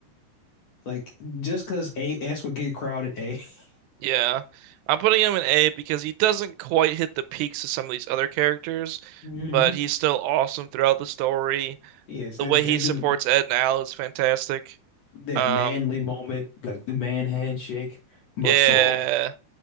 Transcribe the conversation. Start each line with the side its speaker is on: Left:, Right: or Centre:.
Left: Like just because A S would get crowded, A. <laughs>
Right: Yeah, I'm putting him in A because he doesn't quite hit the peaks of some of these other characters,
Left: hmm
Right: but he's still awesome throughout the story.
Left: Yes,
Right: The
Left: that
Right: way
Left: that
Right: he supports
Left: the,
Right: Ed and Al is fantastic.
Left: that
Right: Um,
Left: manly moment, like the man handshake, muscle.
Right: Yeah,